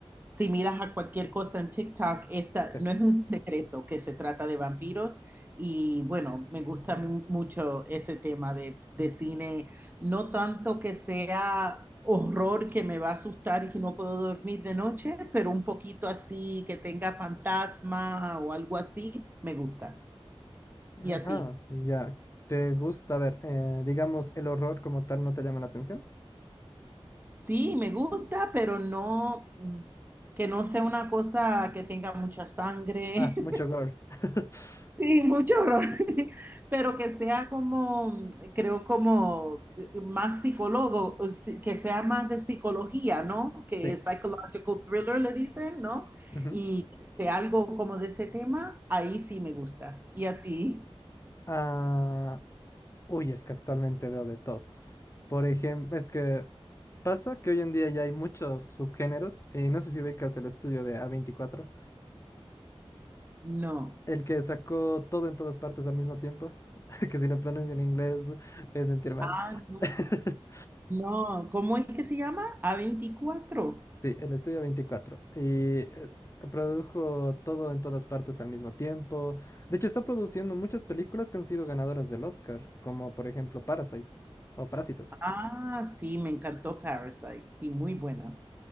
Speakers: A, on the right; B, on the left.
A: si miras a cualquier cosa en TikTok, esta
B: Te-
A: no es un secreto que se trata de vampiros. Y bueno, me gusta mu- mucho ese tema de, de cine, no tanto que sea horror que me va a asustar y que no puedo dormir de noche, pero un poquito así que tenga fantasma o algo así, me gusta.
B: mm,
A: ¿Y a
B: Ah,
A: ti?
B: ya, ¿te gusta? A ver, eh, digamos, el horror como tal no te llama la atención.
A: Sí, me gusta, pero no, mm, que no sea una cosa que tenga mucha sangre
B: Ah,
A: <laughs>
B: mucho gore. <laughs>
A: y mucho horror, <laughs> pero que sea como, mm, creo como eh, más psicólogo, o si- que sea más de psicología, ¿no? Que
B: Sí.
A: psychological thriller le dicen, ¿no?
B: ujú.
A: Y que sea algo como de ese tema, ahí sí me gusta. ¿Y a ti?
B: Ah, uy, es que actualmente veo de todo. Por ejemplo, es que pasa que hoy en día ya hay muchos subgéneros, y no sé si ubicas el estudio de a veinticuatro
A: No.
B: el que sacó todo en todas partes al mismo tiempo, <laughs> que si lo pronuncio en inglés es sentir mal.
A: Ah, no.
B: <laughs>
A: No, ¿cómo es que se llama? a veinticuatro.
B: Sí, el estudio veinticuatro Y eh, produjo todo en todas partes al mismo tiempo. De hecho, está produciendo muchas películas que han sido ganadoras del Oscar, como por ejemplo Parasite o Parásitos.
A: Ah, sí, me encantó Parasite. Sí, muy buena.